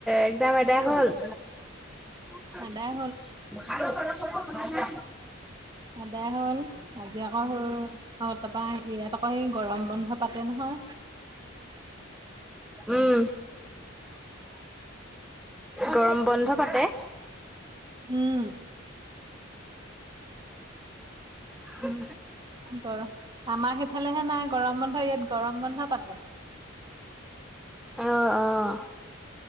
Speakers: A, in the centre; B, on the right.
A: একজাম এদাই হ'ল? <inaudible>
B: আদায় এদাই হ'ল আজি আকৌ <unintelligible> তাৰপৰা আহি ইয়াত আকৌ এই গৰম বন্ধ পাতে নহয়।
A: উম, গৰম বন্ধ পাতে?
B: উম।
A: হম।
B: গৰম আমাৰ সেইফালেহে নাই গৰম বন্ধ ইয়াত গৰম বন্ধ পাতে।
A: অ', অ'।